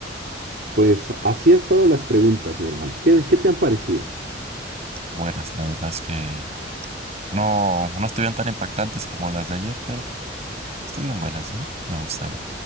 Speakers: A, on the right; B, on the right.
A: Pues así ha estado las preguntas, mi hermano. ¿Qué, qué te han parecido?
B: Buenas, la verdad es que no, no estuvieron tan impactantes como las de ayer, pero estuvieron buenas, ¿eh? Me gustaron.